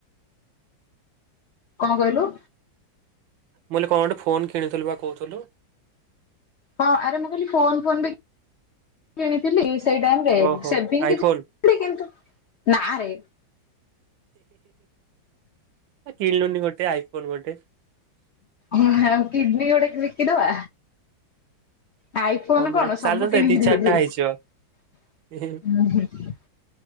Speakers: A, on the left (about 75°); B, on the right (about 75°).
A: କଣ କହିଲୁ?
B: ମୁଁ କହିଲି କଣ ଗୋଟେ ଫୋନ କିଣିଥିଲୁ ବା କହୁଥିଲୁ।
A: ହଁ ଆରେ ମୁଁ କହିଲି ଫୋନ ଫୋନ୍ ବି କିଣିଥିଲି ସେଇ ଟାଇମରେ
B: ଓହୋ
A: ସେଭିଂ
B: ଆଇଫୋନ
A: କିଛି କିନ୍ତୁ ନା ରେ।
B: କିଣିଲୁନି ଗୋଟେ ଆଇଫୋନ୍ ଗୋଟେ।
A: ଆ କିଡନୀ ଗୋଟେ ବିକିଦବା। ଆଇଫୋନ
B: ହଁ
A: କଣ ସବୁ
B: ଚାଲ ତ
A: କିଣିକି
B: ଦି ଚାରିଟା
A: ଦେଇଦେବି।
B: ହେଇଯିବ ହିଁ,